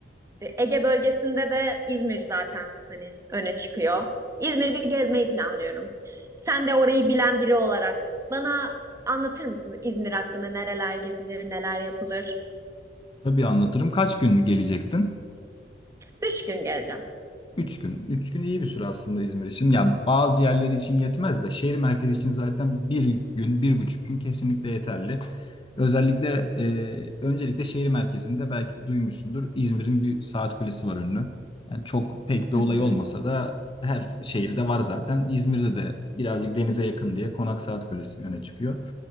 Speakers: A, on the right (about 15°); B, on the left (about 30°).
A: e, Ege bölgesinde de İzmir zaten hani öne çıkıyor. İzmir'i bir gezmeyi planlıyorum. Sen de orayı bilen biri olarak bana anlatır mısın İzmir hakkında nereler gezilir, neler yapılır?
B: Tabii anlatırım. Kaç gün gelecektin?
A: Üç gün geleceğim.
B: Üç gün. Üç gün iyi bir süre aslında İzmir için. Ya bazı yerleri için yetmez de şehir merkezi için zaten bir gün, bir buçuk gün kesinlikle yeterli. Özellikle e, öncelikle şehir merkezinde belki duymuşsundur İzmir'in bir saat kulesi var ünlü. Yani çok pek bir
A: Hı
B: olay
A: hı.
B: olmasa da her şehirde var zaten. İzmir'de de birazcık denize yakın diye Konak Saat Kulesi öne çıkıyor.